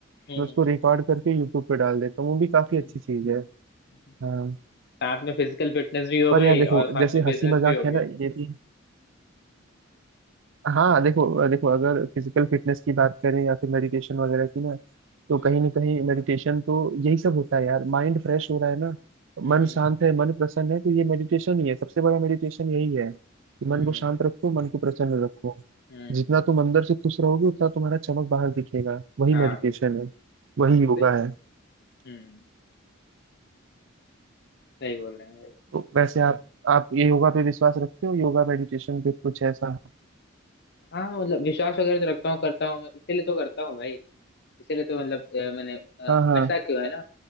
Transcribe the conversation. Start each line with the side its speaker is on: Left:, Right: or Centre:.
Left: हम्म
Right: मैं उसको रिकॉर्ड करके यूट्यूब पे डाल देता हूँ वो भी काफी अच्छी
Left: हम्म,
Right: चीज है
Left: हम्म।
Right: हाँ
Left: साथ में फिजिकल फिटनेस भी हो
Right: पर
Left: गई
Right: यार देखो
Left: और साथ
Right: जैसे
Left: में
Right: हंसी
Left: बिजनेस
Right: मजाक
Left: भी हो गया
Right: है ना ये भी हाँ देखो देखो अगर फिजिकल फिटनेस की बात करें या फिर मेडिटेशन वगैरह की ना तो
Left: हम्म
Right: कहीं ना कहीं मेडिटेशन तो यही सब होता है यार माइंड फ्रेश हो रहा है ना
Left: हम्म
Right: मन शांत है मन प्रसन्न है तो ये मेडिटेशन ही है सबसे बड़ा मेडिटेशन यही है कि
Left: हम्म
Right: मन को
Left: हम्म
Right: शांत रखो मन को प्रसन्न रखो
Left: हम्म,
Right: जितना तुम अंदर से खुश रहोगे उतना तुम्हारा चमक बाहर दिखेगा वही
Left: हाँ
Right: मेडिटेशन
Left: ये तो
Right: है वही
Left: हाँ
Right: योगा
Left: सही
Right: है।
Left: हम्म सही बोल रहे हैं भाई
Right: तो वैसे आप आप ये योगा पे विश्वास रखते हो योगा मेडिटेशन पे कुछ ऐसा
Left: हाँ मतलब विश्वास वगैरह तो रखता हूँ करता हूँ मैं इसीलिए तो करता हूँ भाई इसीलिए तो मतलब अ, मैंने अ,
Right: हाँ हाँ
Left: ऐसा क्यों है ना